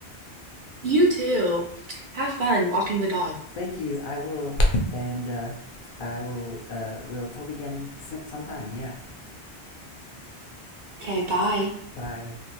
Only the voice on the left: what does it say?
Thank you. I will, and uh, I will. Uh, we'll talk again sometime. Yeah.
Bye.